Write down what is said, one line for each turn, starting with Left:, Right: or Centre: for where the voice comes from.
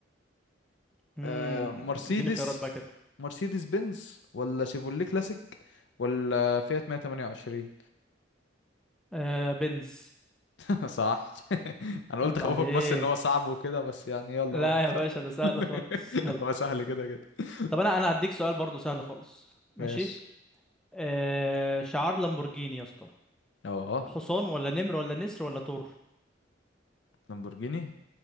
Centre: امم
Left: آه مرسيدس
Centre: اديني خيارات بقى كده
Left: مرسيدس بنز ولا شيفولي كلاسيك ولا فيات 128
Centre: آه بنز
Left: <laughs> صح <laughs> انا قلت
Centre: عيب
Left: خوفك
Centre: عليك
Left: بس ان هو صعب وكده بس يعني يلا
Centre: لا
Left: هو كان
Centre: يا
Left: سهل
Centre: باشا ده سهل خالص
Left: <laughs>
Centre: يلا
Left: هو سهل كده كده
Centre: طب انا انا هديك سؤال برضو سهل خالص ماشي
Left: ماشي
Centre: آه شعار لامبورجيني يا اسطى
Left: اه
Centre: حصان ولا نمر ولا نسر ولا تور
Left: لامبورجيني